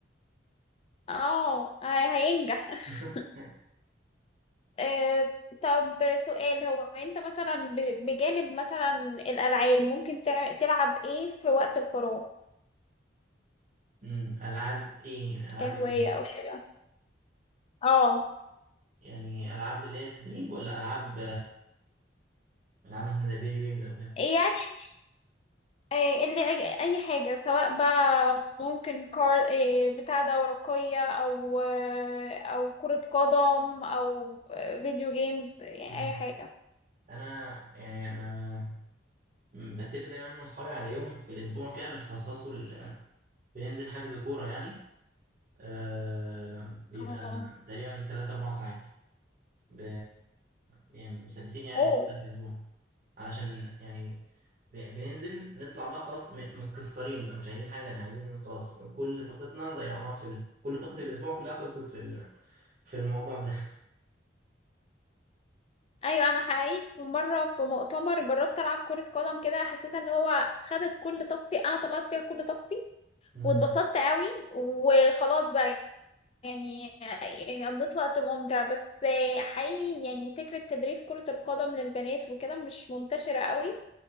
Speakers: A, on the left (about 30°); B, on the right (about 40°).
A: اه هي- هينجح <laughs>
B: <laughs>
A: آه طب سؤال هو انت مثلا ب- بجانب مثلا الألعاب ممكن تع- تلعب ايه في وقت الفراغ
B: أمم، العاب ايه العاب
A: كهواية
B: ايه بالظبط
A: او كده اه
B: يعني العاب اللي هي التدريب ولا العاب العاب مثلا زي فيديو جيمز او كده
A: يعني إيه اللي عج- اي حاجه سواء بقى ممكن كار إيه بتاع ده ورقيه او آه، او كره قدم او آه، فيديو جيمز يعني
B: أمم.
A: اي حاجه
B: انا يعني انا أمم، بتفق دايما انا واصحابي على يوم في الاسبوع كده بنخصصه ل- بننزل حجز كورة يعني آه بيبقى
A: اه
B: تقريبا 3 4 ساعات ب... يعني مثبتين يعني
A: اوه
B: اه اليوم ده في الأسبوع علشان يعني ب... بننزل نطلع بقى خلاص م... متكسرين بقى مش عايزين حاجة تانية عايزين خلاص كل طاقتنا ضيعناها في ال... كل طاقة الأسبوع كلها خلصت في ال... في الموضوع ده <laughs>
A: ايوه انا حقيقي في مره في مؤتمر جربت العب كره قدم كده حسيت اللي هو خدت كل طاقتي انا طلعت فيها كل طاقتي
B: مم.
A: واتبسطت قوي وخلاص بقى يعني يعني قضيت وقت ممتع بس آه، حقيقي يعني فكره تدريب كره القدم للبنات وكده مش منتشره قوي